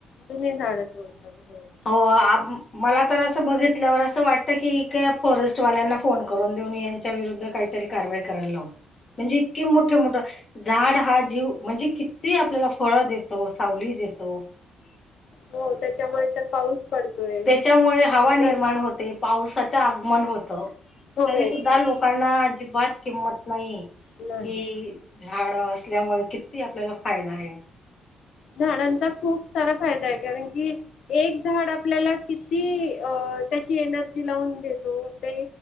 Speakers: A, on the left; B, on the left.
A: जुनी झाडं तोडता बरोबर
B: हो आ मला तर असं बघितल्यावर असं वाटतं. की फॉरेस्टवाल्यांना फोन करून देऊन यांच्या विरुद्ध काहीतरी कारवाई करायला लावू. म्हणजे इतके मोठे मोठं झाड हा जीव म्हणजे किती आपल्याला फळ देतो, सावली देतो,
A: हो त्याच्यामुळे तर पाऊस पडतोय
B: त्याच्यामुळे हवा निर्माण
A: बर
B: होते. पावसाच आगमन होत.
A: हो
B: तरी सुद्धा लोकांना अजबात किंमत नाही.
A: नाही
B: की झाड असल्यामुळे किती आपल्याला फायदा आहे.
A: झाडांचा खूप सारा फायदा आहे कारण कि एक झाड आपल्याला किती अ तेची एनर्जी लावून देतो ते